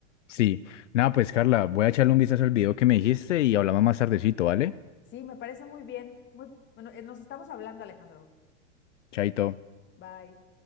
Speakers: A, on the left (about 80°); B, on the left (about 30°).
A: Sí. Nada, pues Carla, voy a echarle un vistazo al video que me dijiste y hablamos más tardecito, ¿vale?
B: Sí, me parece muy bien. Muy, bueno, eh, nos estamos hablando, Alejandro.
A: Chaito.
B: Bye.